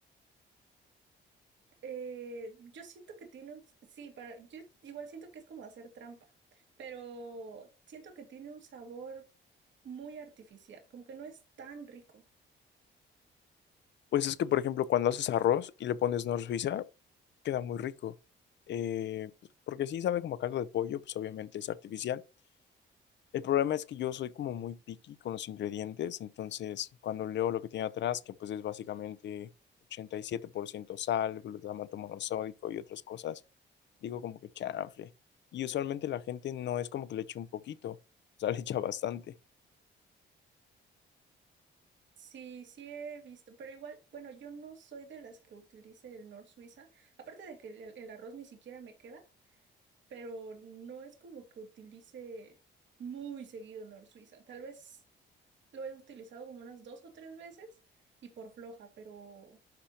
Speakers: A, on the right; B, on the left.
A: Eh, yo siento que tiene un, sí, para, yo igual siento que es como hacer trampa, pero siento que tiene un sabor muy artificial, como que no es tan rico.
B: Pues es que, por ejemplo, cuando haces arroz y le pones nor suiza, queda muy rico. Eh, porque sí sabe como a caldo de pollo, pues obviamente es artificial, El problema es que yo soy como muy picky con los ingredientes, entonces cuando leo lo que tiene atrás, que pues es básicamente 87% sal, glutamato monosódico y otras cosas, digo como que chanfle. Y usualmente la gente no es como que le eche un poquito, o sea, <laughs> le echa bastante.
A: Sí, sí he visto, pero igual, bueno, yo no soy de las que utilice el Nor Suiza, aparte de que el, el arroz ni siquiera me queda, pero no es como que utilice muy seguido Nor Suiza. Tal vez lo he utilizado como unas dos o tres veces y por floja, pero